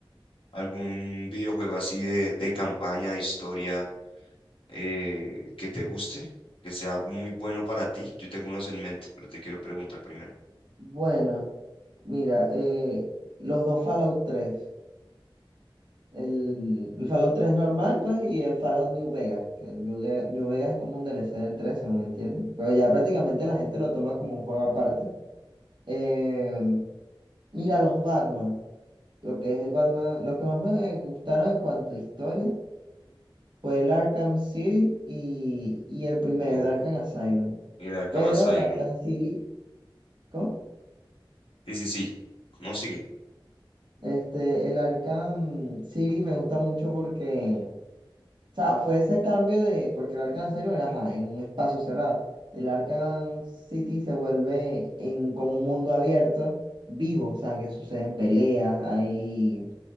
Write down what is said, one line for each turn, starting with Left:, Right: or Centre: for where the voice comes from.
Left: algún videojuego así de, de campaña, de historia eh, que te guste, que sea muy bueno para ti? Yo tengo unos en mente, pero te quiero preguntar primero.
Right: bueno, mira, eh, los dos Fallout tres El, el Fallout 3 normal, pues, y el Fallout New Vegas, que el New, Ge- New Vegas es como un DLC del 3 según entiendo. Pero ya prácticamente la gente lo toma como un juego aparte. Eh, mira, los Batman, lo que es el Batman, lo que más me gustaron en cuanto a historia fue el Arkham City y, y el primero,
Left: Uh,
Right: el Arkham Asylum.
Left: El Arkham
Right: Pero
Left: Asylum.
Right: el Arkham City, ¿cómo?
Left: Sí, sí, sí. No sigue.
Right: Este, el Arkham City me gusta mucho porque O sea, fue ese cambio de, porque el Arkham Asylum era ajá, en un espacio cerrado. El Arkham City se vuelve en como un mundo abierto, vivo, o sea, que suceden peleas, ahí